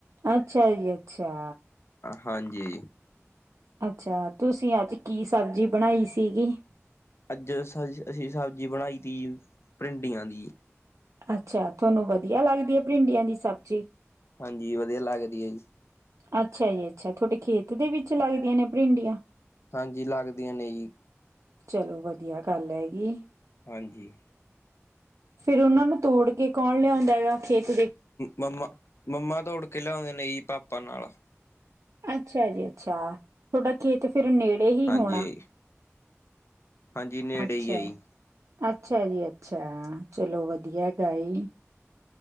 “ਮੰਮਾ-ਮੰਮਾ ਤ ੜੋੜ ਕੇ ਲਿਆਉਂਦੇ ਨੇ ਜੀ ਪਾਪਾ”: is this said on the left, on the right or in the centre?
Left